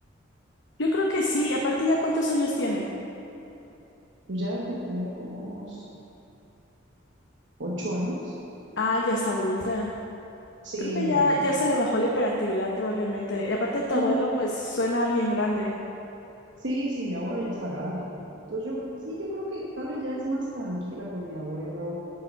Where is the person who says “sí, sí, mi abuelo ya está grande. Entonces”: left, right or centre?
Right